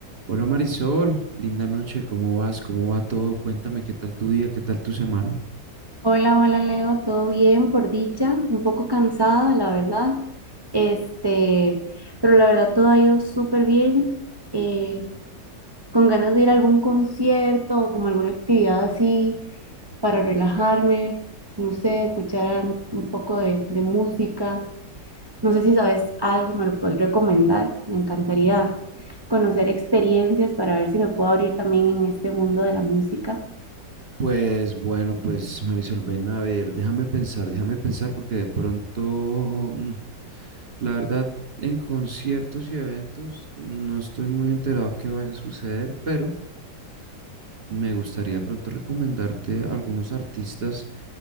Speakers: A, on the right (about 35°); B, on the right (about 15°).
A: Hola Marisol, linda noche, ¿cómo vas? ¿Cómo va todo? Cuéntame qué tal tu día, qué tal tu semana.
B: Hola, hola Leo, todo bien por dicha, un poco cansada, la verdad, este, pero la verdad todo ha ido súper bien, eh, con ganas de ir a algún concierto o como alguna actividad así para relajarme, no sé, escuchar un un poco de, de música, no sé si sabes algo y me lo puedes recomendar, me encantaría conocer experiencias para ver si me puedo abrir también en este mundo de la música.
A: Pues bueno, pues Marisol, ven a ver, déjame pensar, déjame pensar porque de pronto, mm, la verdad, en conciertos y eventos no estoy muy enterado qué vaya a suceder, pero me gustaría de pronto recomendarte algunos artistas